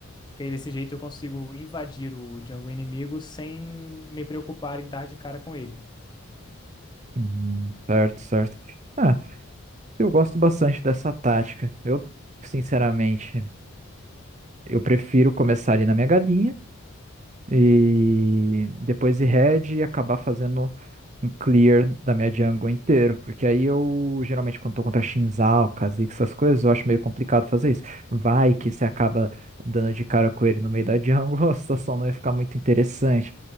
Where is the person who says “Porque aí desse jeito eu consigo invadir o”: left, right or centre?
Left